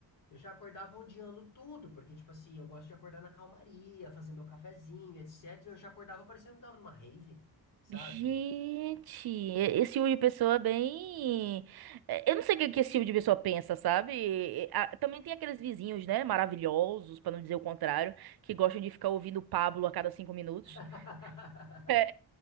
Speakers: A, on the left; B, on the right.
A: Eu já acordava odiando tudo, porque, tipo assim, eu gosto de acordar na calmaria, fazer meu cafezinho, etc. E eu já acordava parecendo que tava numa rave, sabe?
B: Gente, e- esse tipo de pessoa é bem. é, Eu não sei o que que esse tipo de pessoa pensa, sabe? E- a- Também tem aqueles vizinhos, né? Maravilhosos, pra não dizer o contrário, que gostam de ficar ouvindo o Pablo a cada cinco minutos.
A: <laughs>
B: É,